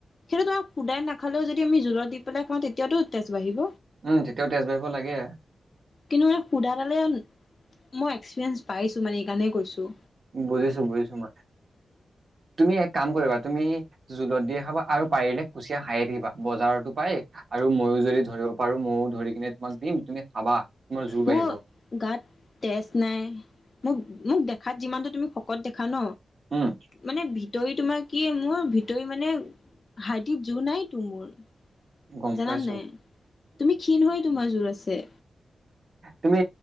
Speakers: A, on the left (about 45°); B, on the right (about 60°).
A: সেইটো তোমাক শোদায় নাখালেও যদি আমি জোলত দি পেলাই খাওঁ তেতিয়াটো তেজ বাঢ়িব।
B: উম, তেতিয়াও তেজ বাঢ়িব লাগে।
A: কিন্তু মানে সুধা খালে মই এক্সপিৰিয়েঞ্চ পাইছোঁ মানে এইকাৰণে কৈছোঁ।
B: বুজিছোঁ বুজিছোঁ মই। তুমি এক কাম কৰিবা তুমি জোলত দিয়ে খাবা আৰু পাৰিলে কুচিয়া খায়ে থাকিবা, বজাৰতো পাই আৰু ময়ো যদি ধৰিব পাৰোঁ মইও ধৰি কিনে তোমাক দিম তুমি খাবা। তোমাৰ জোৰ
A: ম
B: বাঢ়িব
A: গাত তেজ নাই, মোক মোক দেখাত যিমানটো তুমি শকত দেখা ন'
B: উম।
A: মানে ভিতৰি তোমাৰ কি মোৰ ভিতৰি মানে হাৰটিত জোৰ নাই তো মোৰ।
B: গম
A: জানানে
B: পাইছো
A: নাই? তুমি ক্ষীণ হৈ তোমাৰ জোৰ আছে।
B: তুমি